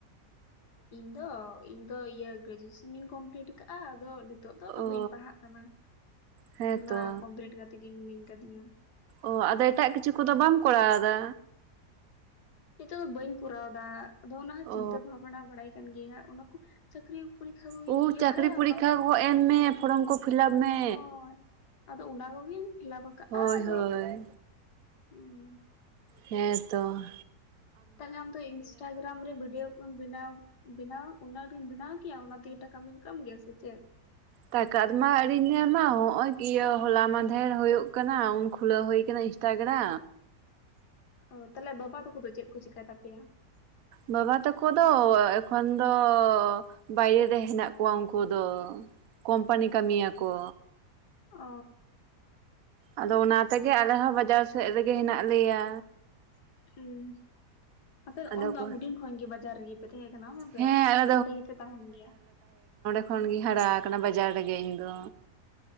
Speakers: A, on the left; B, on the right.
A: ᱤᱧ ᱫᱚ ᱤᱧ ᱫᱚ ᱤᱭᱟᱹ ᱜᱨᱮᱡᱩᱭᱮᱥᱚᱱᱤᱧ ᱠᱚᱢᱯᱞᱤᱴ ᱟᱠᱟᱫᱟᱼᱟ ᱟᱫᱚ ᱱᱤᱛᱚᱜ ᱫᱚ ᱟᱫᱚ
B: ᱚ
A: ᱵᱟᱹᱧ ᱯᱟᱲᱦᱟᱜ ᱠᱟᱱᱟ
B: ᱦᱮᱸᱛᱚ
A: ᱚᱱᱟ ᱠᱚᱢᱯᱞᱤᱴ ᱠᱟᱛᱮ ᱜᱮ ᱢᱤᱱᱟᱹᱧ ᱟᱠᱟᱫᱤᱧᱟ
B: ᱳᱻ ᱟᱫᱚ ᱮᱴᱟᱜ ᱠᱤᱪᱷᱩ ᱠᱚᱫᱚ ᱵᱟᱢ ᱠᱚᱨᱟᱣᱫᱟ
A: ᱱᱤᱛᱚᱜ ᱫᱚ ᱵᱟᱹᱧ ᱠᱚᱨᱟᱣ ᱫᱟ ᱟᱫᱚ ᱚᱱᱟ ᱦᱚᱸ ᱪᱤᱱᱛᱟᱹ
B: ᱚ
A: ᱵᱷᱟᱵᱱᱟ ᱵᱟᱲᱟᱭ ᱠᱟᱱ ᱜᱮᱭᱟ <unintelligible> ᱪᱟᱹᱠᱨᱤ ᱯᱚᱨᱤᱠᱷᱟ ᱠᱚᱜᱤᱧ
B: ᱳ
A: ᱤᱭᱟᱹ
B: ᱪᱟᱹᱠᱨᱤ
A: ᱵᱟᱲᱟᱭᱟ
B: ᱯᱚᱨᱤᱠᱠᱷᱟ
A: ᱚᱱᱟ ᱠᱚᱜᱮ
B: ᱠᱚ ᱮᱢ ᱢᱮ ᱯᱷᱚᱨᱚᱢ ᱠᱚ ᱯᱷᱤᱞᱟᱯ ᱢᱮ
A: ᱦᱳᱭ ᱟᱫᱚ ᱚᱱᱟ ᱠᱚᱜᱤᱧ ᱯᱷᱤᱞᱟᱯ ᱟᱠᱟᱟᱜᱼᱟ
B: ᱦᱳᱭ
A: ᱟᱫᱚ
B: ᱦᱳᱭ
A: ᱦᱸ <unintelligible>
B: ᱦᱮᱸᱛᱚ
A: ᱛᱟᱦᱚᱞᱮ ᱟᱢᱫᱚ ᱤᱱᱥᱴᱟᱜᱨᱟᱢ ᱨᱮ ᱵᱷᱤᱰᱭᱳ ᱠᱚᱢ ᱵᱮᱱᱟᱣ ᱵᱮᱱᱟᱣ ᱚᱱᱟ ᱵᱮᱱᱟᱣ ᱠᱮᱭᱟ ᱚᱱᱟᱛᱮᱜᱮ ᱴᱟᱠᱟ ᱤᱱᱠᱟᱢ ᱜᱮᱭᱟ ᱥᱮ ᱪᱮᱫ
B: ᱴᱟᱠᱟᱫ ᱢᱟ ᱟᱣᱨᱤᱧ ᱧᱟᱢᱟ ᱦᱚᱜ ᱚᱚᱭ ᱤᱭᱟᱹ ᱦᱚᱞᱟ ᱢᱟᱫᱷᱮᱨ ᱦᱩᱭᱩᱜ ᱠᱟᱱᱟ ᱩᱱ ᱠᱷᱩᱞᱟᱹᱣ ᱦᱩᱭ ᱟᱠᱟᱱᱟ ᱛᱜᱲᱟ
A: ᱚ ᱛᱟᱦᱚᱞᱮ ᱵᱟᱵᱟ ᱛᱟᱠᱚ ᱫᱚ ᱪᱮᱫ ᱠᱚ ᱪᱤᱠᱟᱭ ᱛᱟᱯᱮᱭᱟ
B: ᱵᱟᱵᱟ ᱛᱟᱠᱚ ᱫᱚ ᱮᱠᱷᱚᱱ ᱫᱚ ᱵᱟᱭᱨᱮ ᱨᱮ ᱦᱮᱱᱟᱜ ᱠᱚᱣᱟ ᱩᱱᱠᱩ ᱫᱚ ᱠᱚᱢᱯᱟᱱᱤ ᱠᱟᱹᱢᱤ ᱭᱟᱠᱚ
A: ᱚᱻᱻ
B: ᱟᱫᱚ ᱚᱱᱟ ᱛᱮᱜᱮ ᱟᱞᱮᱦᱚᱸ ᱵᱟᱡᱟᱨ ᱥᱮᱫ ᱨᱮᱜᱮ ᱦᱮᱱᱟᱜ ᱞᱮᱭᱟ
A: ᱟᱩᱸ ᱟᱯᱮ
B: ᱟᱫᱚ
A: ᱩᱱ ᱫᱚ
B: ᱠᱚ
A: ᱦᱩᱰᱤᱧ ᱠᱷᱚᱱᱜ ᱜᱮ ᱵᱟᱡᱟᱨ ᱨᱮᱜᱮ ᱯᱮ ᱛᱟᱦᱮᱸ ᱠᱟᱱᱟ ᱦᱚᱸ ᱥᱮ
B: ᱦᱮᱸ ᱟᱞᱮ
A: ᱚᱸᱰᱮ ᱜᱮᱯᱮ ᱛᱟᱦᱮᱱ ᱜᱮᱭᱟ
B: ᱛᱚᱠᱷᱚᱱᱜᱤᱧ ᱦᱟᱨᱟ ᱟᱠᱟᱱᱟ ᱵᱟᱡᱟᱨ ᱨᱮᱜᱮ ᱤᱧ ᱫᱚ